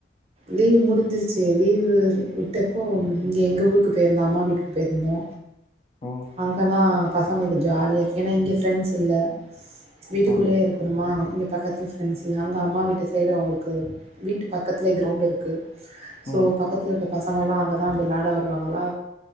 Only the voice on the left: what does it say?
ம்
ம்
ம்